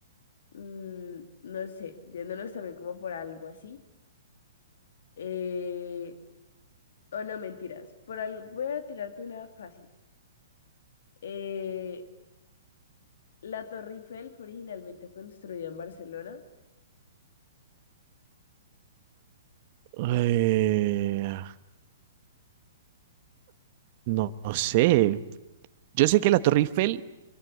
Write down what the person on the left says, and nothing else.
mm, no sé, yéndonos también como por algo así. eh, o no, mentiras. Por algo, voy a tirarte una fácil. Eh, la Torre Eiffel fue originalmente construida en Barcelona.